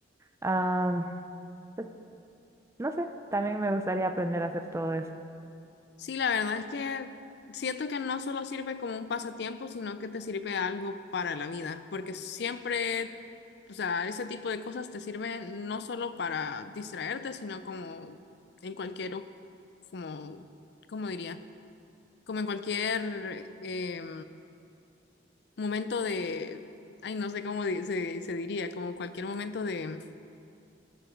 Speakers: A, on the right (about 15°); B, on the left (about 60°).
A: Am, pues, no sé, también me gustaría aprender a hacer todo eso.
B: Sí, la verdad es que siento que no solo sirve como un pasatiempo, sino que te sirve algo para la vida, porque siempre, o sea, ese tipo de cosas te sirven no solo para distraerte, sino como en cualquier, o- como, ¿cómo diría? Como en cualquier eh, momento de, ay, no sé cómo di- se, se diría, como cualquier momento de,